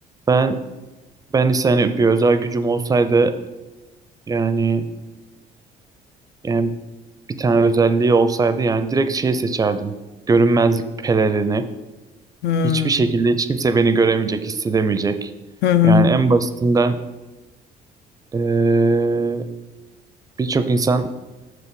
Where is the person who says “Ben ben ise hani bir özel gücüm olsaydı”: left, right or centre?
Right